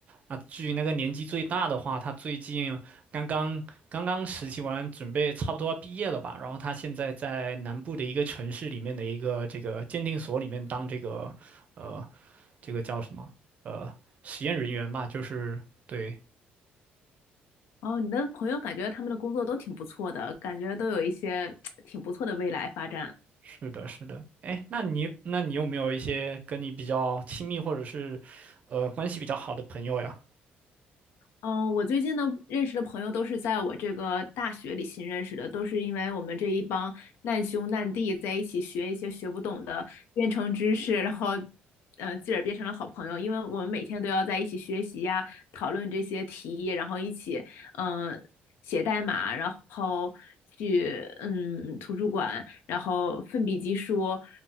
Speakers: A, on the right (about 40°); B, on the left (about 85°).
A: 那至于那个年纪最大的话，他最近刚刚刚刚实习完，准备差不多要毕业了吧。然后他现在在南部的一个城市里面的一个这个鉴定所里面当这个呃这个叫什么呃实验人员吧，就是对，
B: 哦，你的朋友感觉他们的工作都挺不错的，感觉都有一些 <tsk> 挺不错的未来发展。
A: 是的，是的。哎，那你那你有没有一些跟你比较亲密或者是呃关系比较好的朋友呀？
B: 嗯，我最近呢认识的朋友都是在我这个大学里新认识的，都是因为我们这一帮难兄难弟在一起学一些学不懂的编程知识，然后，嗯、自个儿变成了好朋友。因为我们每天都要在一起学习呀，讨论这些题，然后一起，嗯、写代码，然后去，嗯，图书馆，然后奋笔疾书，